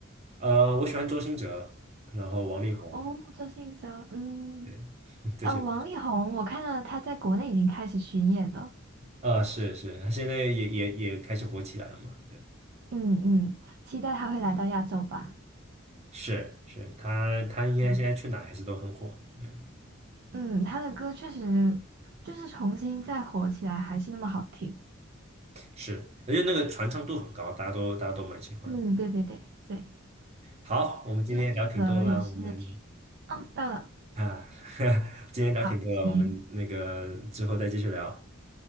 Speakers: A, on the right (about 35°); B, on the right (about 55°).
A: 呃，我喜欢周兴哲，然后王力宏，
B: 哦，周星哲，嗯，
A: 对，<laughs> 这些。
B: 呃，王力宏，我看到他在国内已经开始巡演了。
A: 啊，是是，他现在也也也开始火起来了嘛？对，
B: 嗯嗯，期待他会来到亚洲吧。
A: 是是，他他应该现在去哪还是都很火的嗯，
B: 嗯嗯，他的歌确实就是重新再火起来，还是那么好听。
A: 是，而且那个传唱度很高，大家都大家都蛮喜欢的
B: 嗯，对对对对，
A: 好，我们今天聊挺多啦，
B: 周星哲也是挺，
A: 我们
B: 哦，到了。
A: 啊，<laughs> 今天聊挺多了，
B: 好，行，
A: 我们那个之后再继续聊。